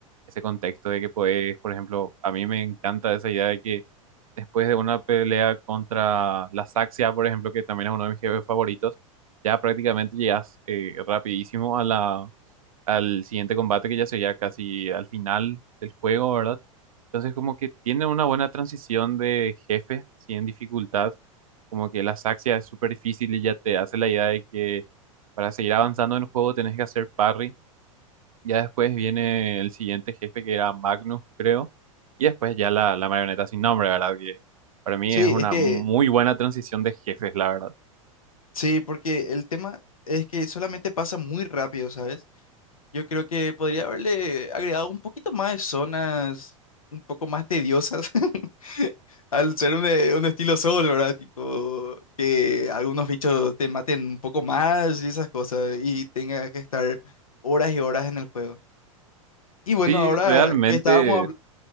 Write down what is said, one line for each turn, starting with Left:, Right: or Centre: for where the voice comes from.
Right: ese contexto de que puedes, por ejemplo, a mí me encanta esa idea de que después de una pelea contra la Saxia, por ejemplo, que también es uno de mis jefes favoritos, ya prácticamente llegas eh, rapidísimo a la, al siguiente combate que ya sería casi al final del juego, ¿verdad? Entonces como que tiene una buena transición de jefe, así en dificultad, como que la Saxia es súper difícil y ya te hace la idea de que para seguir avanzando en el juego tenés que hacer parry ya después viene el siguiente jefe que era Magnus, creo. Y después ya la, la marioneta sin nombre, ¿verdad? Que para mí
Left: Sí,
Right: es una
Left: es que,
Right: muy buena transición de jefes, la verdad.
Left: sí, porque el tema es que solamente pasa muy rápido, ¿sabes? Yo creo que podría haberle agregado un poquito más de zonas un poco más tediosas <laughs> al ser un, eh, un estilo Soul, ¿verdad? Tipo, que algunos bichos te maten un poco más y esas cosas y tengas que estar horas y horas en el juego. Y bueno,
Right: Sí,
Left: ahora
Right: realmente,
Left: que estábamos hablando...